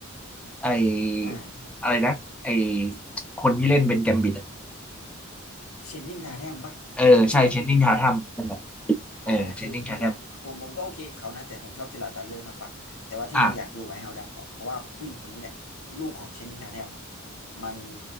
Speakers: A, in the centre; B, on the left.
A: ไออะไรนะไอ
B: อ่า
A: คนที่เล่นเป็นแกมบิดอะ
B: เชนนิงทาแทมปะพระเอกอะ
A: เออใช่เชนนิงทาทัมนั่นแหละเออเชนนิงทาทัม
B: อ่าคือนั่นแหละผมผมก็โอเคกับเขานะแต่ผมชอบเจอราร์ดบัตเลอร์มากกว่าแต่ว่าที่อยากดูไวท์เฮาส์ดาวเพราะว่าผู้หญิงคนนี้แหละลูกของเชนนิงทาแนมอะ
A: อ่า
B: มัน